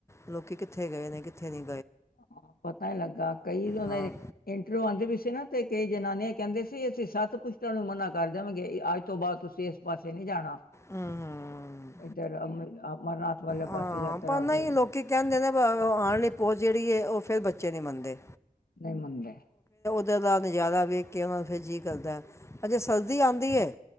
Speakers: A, on the left (about 20°); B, on the left (about 85°).
A: ਲੋਕੀ ਕਿੱਥੇ ਗਏ ਨੇ ਕਿੱਥੇ ਨੀ।
B: ਹਾਂ ਪਤਾ ਲੱਗਾ ਕਈ ਇੰਟਰ
A: ਹਾਂ
B: ਵਯੂ ਆਉਂਦੇ ਵੀ ਸੀ ਨਾ ਤੇ। ਕਈ ਜਨਾਨੀਆਂ ਕਹਿੰਦੇ ਸੀ ਅਸੀਂ ਸੱਤ ਪੁਸ਼ਟਾਂ ਨੂੰ ਮਨਾ ਕਰ ਦੇਵਾਂਗੇ ਅੱਜ ਤੋਂ ਬਾਅਦ ਤੁਸੀਂ ਇਸ ਪਾਸੇ ਨਹੀਂ ਜਾਣਾ।
A: ਹਮ ਹਮ।
B: ਇੱਧਰ ਅਮਰ ਅਮਰਨਾਥ ਵਾਲੇ
A: ਹਾਂ
B: ਪਾਸੇ ਯਾਤਰਾ
A: ਪਰ
B: ਉਹਦੇ
A: ਨਹੀ ਲੋਕੀ ਕਹਿੰਦੇ ਨੇ ਆਉਣ ਲਈ। ਜਿਹੜੀ ਹੈ ਉਹ ਫੇਰ ਬੱਚੇ ਨਹੀਂ ਮੰਨਦੇ।
B: ਨਹੀਂ ਮੰਨਦੇ।
A: ਉਧਰ ਦਾ ਨਜ਼ਾਰਾ ਵੇਖ ਕੇ ਉਹਨਾ ਨੂੰ ਫਿਰ ਜੀਅ ਕਰਦਾ ਅ ਜੇ ਸਰਦੀ ਆਉਂਦੀ ਹੈ।